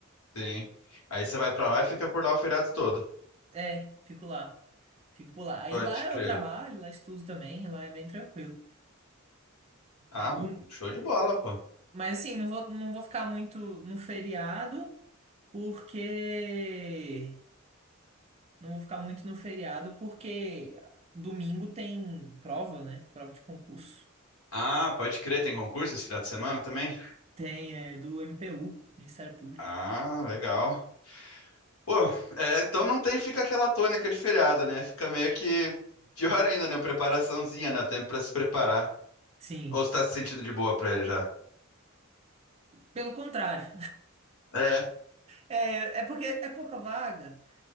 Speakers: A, on the left; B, on the right.
A: Sim. Aí você vai pra lá e fica por lá o feriado todo.
B: É, fico lá. Fico por lá. Aí
A: Pode
B: lá
A: crer.
B: eu trabalho, lá estudo também, lá é bem tranquilo.
A: Ah,
B: Do-
A: show de bola, pô.
B: Mas assim, não vou, não vou ficar muito no feriado, porque. Não vou ficar muito no feriado, porque domingo tem prova, né? Prova de concurso.
A: Ah, pode crer, tem concurso esse final de semana também?
B: Tem, é, do MPU, Ministério Público.
A: Ah, legal. Pô, é, então não tem, fica aquela tônica de feriado, né? Fica meio que pior ainda, né? Preparaçãozinha, né? Tempo pra se preparar.
B: Sim.
A: Ou você tá se sentindo de boa pra ele já?
B: Pelo contrário.
A: É.
B: É, é porque é pouca vaga.